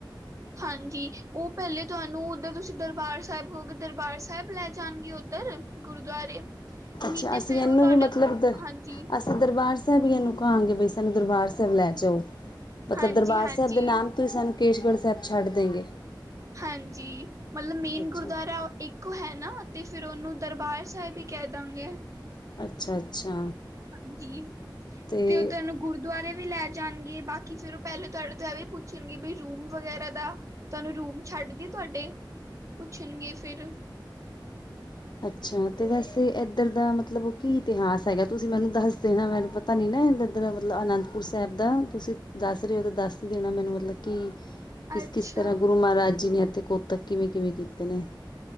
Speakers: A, on the right; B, on the left.
A: ਹਾਂਜੀ, ਉਹ ਪਹਿਲੇ ਤੁਹਾਨੂੰ ਉੱਧਰ ਤੁਸੀਂ ਦਰਬਾਰ ਸਾਹਿਬ ਕਹੋਗੇ। ਦਰਬਾਰ ਸਾਹਿਬ ਲੈ ਜਾਣਗੇ ਉੱਧਰ। ਗੁਰਦੁਆਰੇ,
B: ਅੱਛਾ
A: ਨੀ ਤੇ
B: ਅਸੀਂ
A: ਫੇਰ
B: ਇਹਨੂੰ
A: ਉਹ ਤੁਹਾਡੇ
B: ਵੀ ਮਤਲਬ
A: ਤੋਂ,
B: ਦ
A: ਹਾਂਜੀ
B: ਅਸੀਂ ਦਰਬਾਰ ਸਾਹਿਬ ਹੀ ਇਹਨੂੰ ਕਹਾਂਗੇ, ਬਈ ਸਾਨੂੰ ਦਰਬਾਰ ਸਾਹਿਬ ਲੈ ਜਾਓ। ਮਤਲਬ
A: ਹਾਂਜੀ
B: ਦਰਬਾਰ
A: ਹਾਂਜੀ
B: ਸਾਹਿਬ ਦੇ ਨਾਮ ਤੁਸੀਂ ਸਾਨੂੰ ਕੇਸਗੜ੍ਹ ਸਾਹਿਬ ਛੱਡ ਦਈਗੇ
A: ਹਾਂਜੀ, ਮਤਲਬ ਮੇਨ
B: ਅੱਛਾ
A: ਗੁਰਦੁਆਰਾ ਉਹ ਇੱਕ ਓ ਹੈ ਨਾ ਅਤੇ ਫਿਰ ਉਹਨੂੰ ਦਰਬਾਰ ਸਾਹਿਬ ਹੀ ਕਹਿ ਦਾਂਗੇ।
B: ਅੱਛਾ! ਅੱਛਾ
A: ਹਾਂਜੀ,
B: ਅਤੇ
A: ਤੇ ਉਹ ਤੈਨੂੰ ਗੁਰ ਦੁਆਰੇ ਵੀ ਲੈ ਜਾਣਗੇ। ਬਾਕੀ ਫਿਰ ਉਹ ਪਹਿਲੇ ਤੁਹਾਡੇ ਤੋਂ ਇਹ ਵੀ ਪੁੱਛਣਗੇ। ਵੀ ਰੂਮ ਵਗੈਰਾ ਦਾ ਤੁਹਾਨੂੰ ਰੂਮ ਛੱਡਦੀ ਤੁਹਾਡੇ, ਪੁੱਛਣਗੇ ਫਿਰ
B: ਅੱਛਾ ਤੇ ਵੈਸੇ ਇੱਧਰ ਦਾ ਮਤਲਬ ਉਹ ਕੀ ਇਤਿਹਾਸ ਹੈਗਾ। ਤੁਸੀਂ ਮੈਨੂੰ ਦੱਸਦੇ ਨਾ, ਮੈਨੂੰ ਪਤਾ ਤਾ ਨੀ ਨਾ ਇਧਰ ਮਤਲਬ ਆਨੰਦਪੁਰ ਸਾਹਿਬ ਦਾ ਤੁਸੀਂ ਦੱਸ ਰਹੇ ਹੋ ਤਾਂ ਦੱਸ ਹੀ ਦੇਣਾ ਮੈਨੂੰ ਮਤਲਬ ਮਤਲਬ ਕੀ ਕਿਸ
A: ਅੱਛਾ
B: ਕਿਸ ਤਰ੍ਹਾਂ, ਗੁਰੂ ਮਹਾਰਾਜ ਜੀ ਨੇ ਇਥੇ ਕੋਤਕ ਕਿਵੇਂ ਕਿਵੇਂ ਕੀਤੇ ਨੇ।